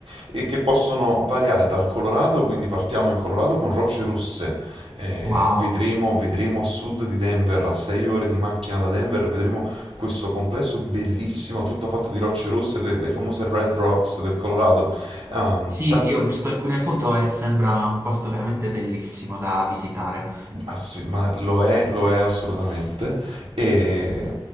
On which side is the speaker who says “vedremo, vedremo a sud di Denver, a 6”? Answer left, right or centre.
Right